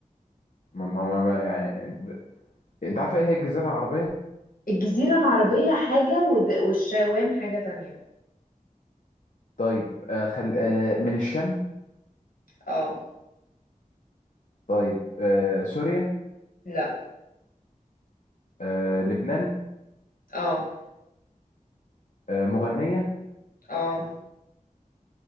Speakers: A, on the left; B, on the left.
A: ما ما ما ما- يعني ب- انت عارفة ايه هي الجزيرة العربية؟
B: الجزيرة العربية حاجة والد- والشوام حاجة تانية
A: طيب آه، خل... آه، من الشام
B: اه
A: طيب آه، سوريا
B: لا
A: آه، لبنان
B: اه
A: آه، مغنية
B: اه